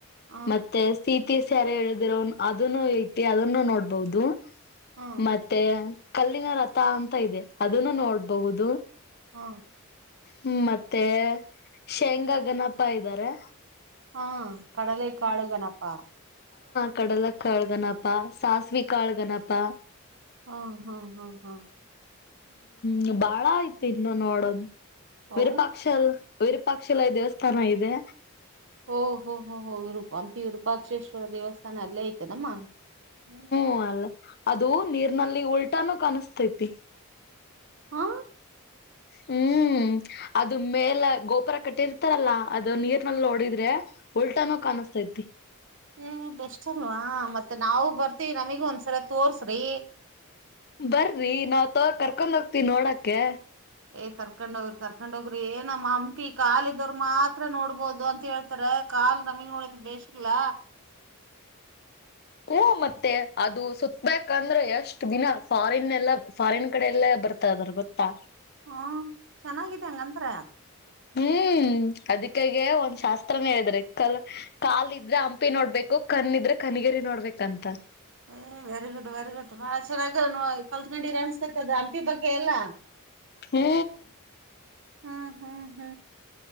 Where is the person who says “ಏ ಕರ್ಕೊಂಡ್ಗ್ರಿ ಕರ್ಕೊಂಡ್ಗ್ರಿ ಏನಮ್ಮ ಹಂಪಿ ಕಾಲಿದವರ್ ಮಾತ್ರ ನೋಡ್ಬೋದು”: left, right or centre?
Right